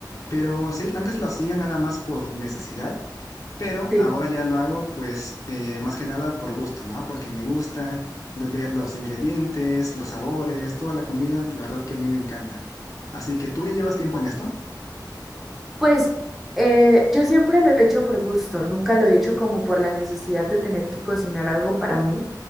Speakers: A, on the left; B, in the centre.
A: Pero sí, antes lo hacía nada más por necesidad pero
B: sí.
A: ahora ya lo hago pues eh, más que nada por gusto, ¿no? Porque me gusta lo- ver los ingredientes, los sabores, toda la comida, la verdad que a mí me encanta. Así que tú ya llevas tiempo en esto.
B: Pues eh, yo siempre lo he hecho por gusto, nunca lo he hecho como por la necesidad de tener que cocinar algo para mí,